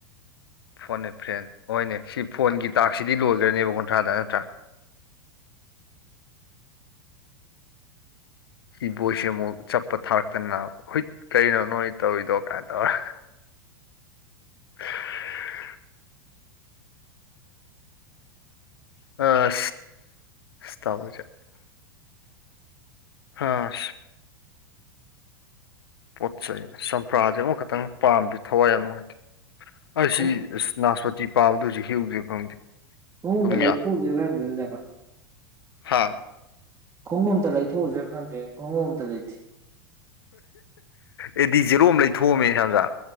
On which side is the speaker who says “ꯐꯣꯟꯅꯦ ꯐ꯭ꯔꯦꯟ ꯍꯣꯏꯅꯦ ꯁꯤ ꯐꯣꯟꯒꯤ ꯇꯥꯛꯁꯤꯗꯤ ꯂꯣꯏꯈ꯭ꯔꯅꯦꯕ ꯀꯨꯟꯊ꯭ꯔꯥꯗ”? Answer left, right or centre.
Left